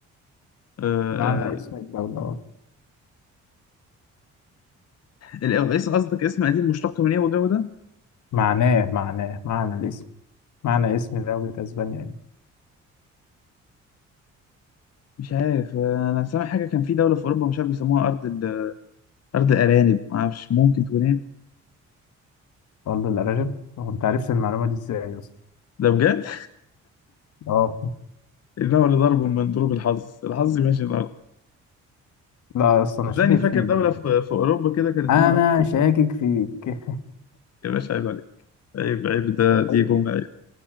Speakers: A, on the left (about 55°); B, on the left (about 75°).
A: آه
B: معنى اسم الدولة اه
A: آه، ال- ايه قصدك اسم قديم مشتق من ايه والجو ده
B: معناه معناه معنى الاسم معنى اسم دولة اسبانيا يعني
A: مش عارف آه، انا سامع حاجه كان في دوله في اوروبا مش عارف بيسموها ارض أرض أرانب ما أعرفش ممكن تكون إيه
B: والله الأرانب هو انت عرفت المعلومة دي ازاي يا اسطى
A: ده بجد
B: اه
A: <laughs> إنه لضرب من ضروب الحظ الحظ ماشي الأرض
B: لا يا اسطى انا
A: صدقني
B: شاكك
A: فاكر
B: فيك
A: دولة
B: بقى
A: في, في أوروبا كده كان اسمها
B: انا
A: أرض
B: شاكك فيك
A: يا باشا عيب عليك عيب عيب ده دي
B: <laughs>
A: جملة عيب